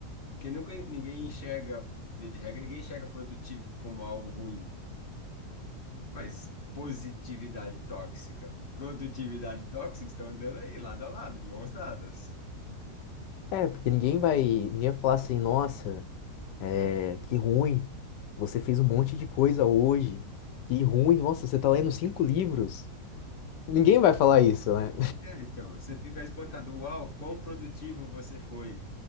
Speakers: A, on the left (about 35°); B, on the left (about 90°).
A: Porque nunca ninguém enxerga, via de regra, ninguém enxerga produtivo como algo ruim. Mas positividade tóxica, produtividade tóxica estão andando aí, lado a lado, de mãos dadas.
B: É, porque ninguém vai, ninguém vai falar assim, nossa. É, que ruim. Você fez um monte de coisa hoje. Que ruim. Nossa, você tá lendo cinco livros. Ninguém vai falar isso, né?
A: É, então, você fica espantado, uau, quão produtivo você foi.